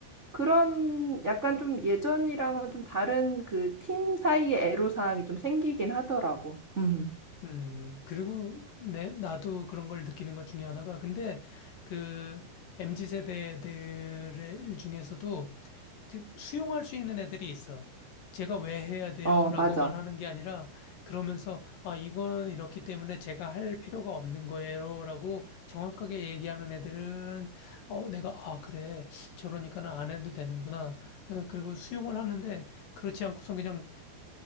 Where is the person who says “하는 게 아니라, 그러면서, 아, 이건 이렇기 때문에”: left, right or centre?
Left